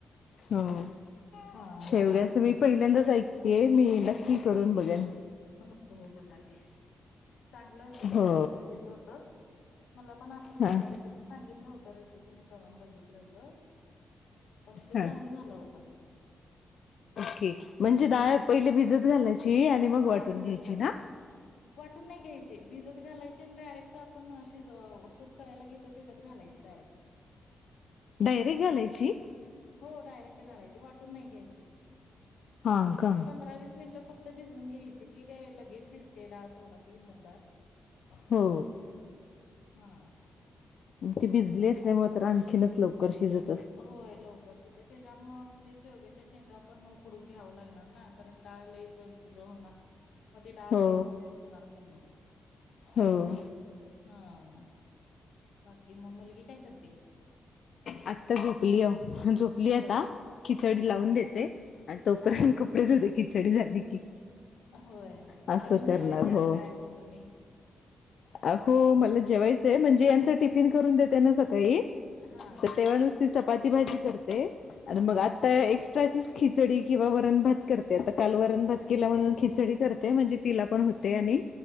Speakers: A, on the left; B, on the left.
A: हो,
B: हा हा
A: शेवग्याचं मी पहिल्यांदाच ऐकतेय, मी नक्की करून बघेन.
B: हो हो बघा की, चांगलं होतंय मी
A: हो
B: करून बघितलं होतं मला पण असंच
A: हा
B: एखाद्याने सांगितलं होतं रेसिपी, मी करून बघितलं होतं. पण ते
A: हा
B: चांगलं झालं होतं
A: ठिक म्हणजे, डाळ पहिले भिजत घालायची. आणि मग
B: हा
A: वाटून
B: भिजत
A: घ्यायची
B: घालायचे,
A: ना
B: वाटून नाही घ्यायचे भिजत घालायचे आणि डायरेक्ट आपण अशी अ सूप करायला घेतोय त्याच्यात घालायची डायरेक्ट.
A: डायरेक्ट घालायची
B: हो, डायरेक्ट घालायचे वाटून नाही घ्यायचे
A: हा का
B: एक पंधरा वीस मिनिटं फक्त भिजून घ्यायची ती काय लगेच शिजते डाळ सोडा ती मुग डाळ
A: हो.
B: हा.
A: ती भिजली असल्यामुळे तर आणखीनच लवकर शिजलं
B: होय, लवकर शिजते त्याच्यामुळ मग ते शेवग्या शेंगा पण उकडून घ्याव लागणार ना, कारण डाळ लईच गिर्र होणार. मग ते डाळ
A: हो
B: सूप मध्ये दिसणार पण नाही.
A: हो
B: हा बाकी म मुलगी काय करते?
A: आत्ता झोपली, हो झोपली
B: होय
A: आता खिचडी
B: हा
A: लावून देते. तोपर्यंत
B: हा.
A: कपडे धुते खिचडी झाली की.
B: होय,
A: असं
B: अजून जेवायचंय
A: करणार हो
B: का काय मग तुम्ही?
A: हो, मला जेवायचंय म्हणजे यांच टिफिन करून देते ना सकाळी
B: हा
A: तर तेव्हा नुसती चपाती भाजी करते, आणि मग आता
B: हा हा
A: एक्सट्राचीच खिचडी किंवा वरण भात करते, आता काल वरण भात केला म्हणून खिचडी करते म्हणजे तिला पण होते आणि